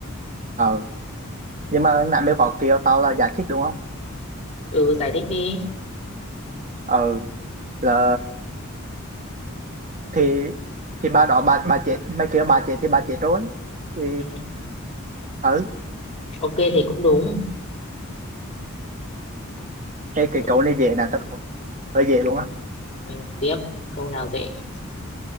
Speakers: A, on the right (about 35°); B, on the left (about 30°).
A: ờ nhưng mà nãy mới có kêu tao là giải thích đúng không
B: ừ, giải thích đi.
A: ờ là thì thì bà đó bà bà chết mày kêu bà chết thì bà chết rồi thì
B: Ừ.
A: ừ
B: Ok thì cũng đúng.
A: Ê, cái
B: Rồi.
A: câu này dễ nè tao đố nè hơi dễ
B: Ừ.
A: luôn á
B: Ừ. Tiếp, câu nào dễ?